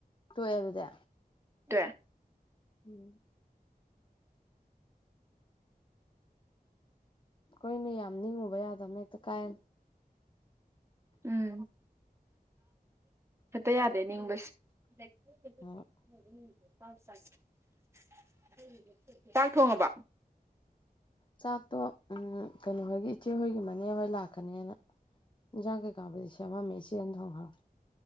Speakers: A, on the left; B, on the right.
A: ꯇꯣꯛꯑꯦ ꯑꯗꯨꯗꯤ
B: ꯇꯣꯛꯑ
A: ꯎꯝ ꯑꯩꯈꯣꯏꯅ ꯌꯥꯝ ꯅꯤꯡꯉꯨꯕ ꯌꯥꯗꯕ ꯍꯦꯛꯇ ꯀꯥꯏꯅ
B: ꯎꯝ ꯍꯦꯛꯇꯥ ꯌꯥꯗꯦ ꯅꯤꯡꯕꯁꯦ <unintelligible>
A: ꯍꯣꯏ
B: ꯆꯥꯛ ꯊꯣꯡꯉꯕꯣ
A: ꯆꯥꯛꯇꯣ ꯎ ꯀꯩꯅꯣꯍꯣꯏꯒꯤ ꯏꯆꯦꯍꯣꯏꯒꯤ ꯃꯅꯦꯍꯣꯏ ꯂꯥꯛꯀꯅꯦꯅ ꯏꯟꯖꯥꯡ ꯀꯩꯀꯥꯕꯨꯗꯤ ꯁꯦꯝꯃꯝꯃꯤ ꯏꯆꯦꯅ ꯊꯣꯡ ꯍꯉꯦ